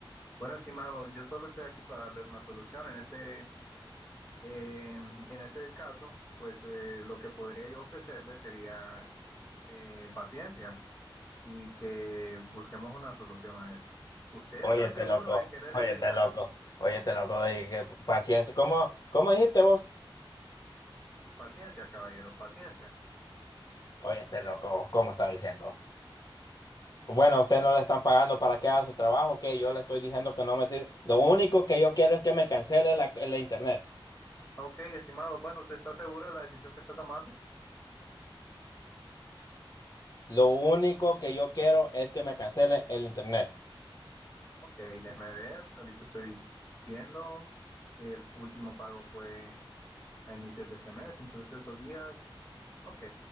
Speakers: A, on the left; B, on the left.
A: Bueno, estimado, yo solo estoy aquí para darle una solución. En ese, eh, en ese caso, pues eh, lo que podría yo ofrecerle sería eh, paciencia. y que busquemos una solución a esto. ¿Usted
B: Oye,
A: está
B: este
A: seguro
B: loco,
A: en querer
B: oye,
A: eliminar?
B: este loco, oye, este loco, de- que paciencia. ¿Cómo, cómo dijiste vos?
A: Paciencia, caballero, paciencia.
B: Oye, este loco, ¿cómo está diciendo? Bueno, usted no le están pagando para que haga su trabajo, que yo le estoy diciendo que no me sirve. Lo único que yo quiero es que me cancele la, el internet.
A: Ok, estimado, bueno, ¿usted está seguro de la decisión que está tomando?
B: Lo único que yo quiero es que me cancele el internet.
A: Ok, déjeme ver, ahorita estoy viendo, el último pago fue a inicios de este mes, entonces estos días, ok,